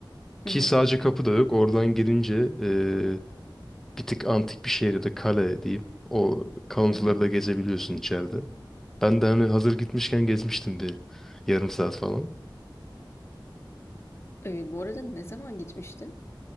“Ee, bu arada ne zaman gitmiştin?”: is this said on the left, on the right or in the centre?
Left